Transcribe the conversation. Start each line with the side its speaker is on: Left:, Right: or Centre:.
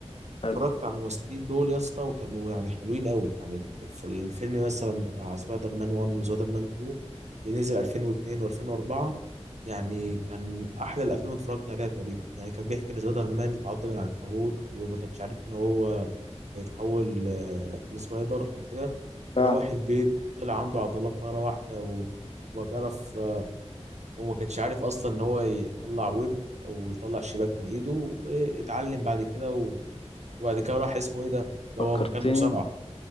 Left: حلو
Right: اتفرجت على الممثلين دول يا اسطى وكانوا يعني حلوين قوي يعني في الفيلم مثلا بتاع سبايدر مان 1 وسبايدر مان 2 اللي نزل 2002 و2004 يعني كان احلى الافلام اللي اتفرجت عليها تقريبا يعني كان بيحكي ان سبايدر مان اتعض من العنكبوت وما كانش عارف ان هو هيتحول آه، لسبايدر وكده
Left: فعلا
Right: وروح البيت طلع عنده عضلات مره واحده و- وما بيعرف آه، وما كانش عارف اصلا ان هو يطلع ويب او يطلع شباك من ايده واتعلم بعد كده وبعد كده راح اسمه ايه ده اللي
Left: فكرتني
Right: هو مكان مصارعة